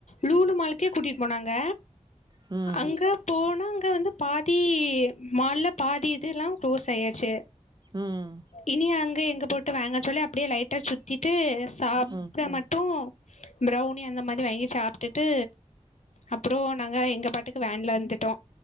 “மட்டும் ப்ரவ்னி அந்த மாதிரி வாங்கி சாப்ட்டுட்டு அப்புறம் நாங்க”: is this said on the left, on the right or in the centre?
Left